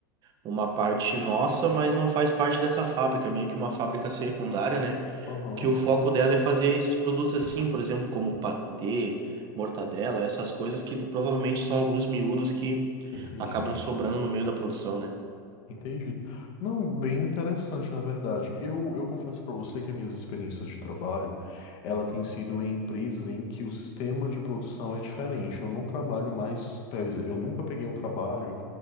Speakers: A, on the right; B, on the left.
A: uma parte nossa, mas não faz parte dessa fábrica, é meio que uma fábrica secundária, né?
B: Aham,
A: que o foco dela é fazer esses produtos assim, por exemplo, como patê, mortadela, essas coisas que provavelmente são alguns miúdos que
B: entendido.
A: acabam sobrando no meio da produção, né?
B: Entendido. Não, bem interessante, na verdade. Eu, eu confesso para você que as minhas experiências de trabalho, ela tem sido em empresas em que o sistema de produção é diferente. Eu não trabalho mais, quer dizer, eu nunca peguei um trabalho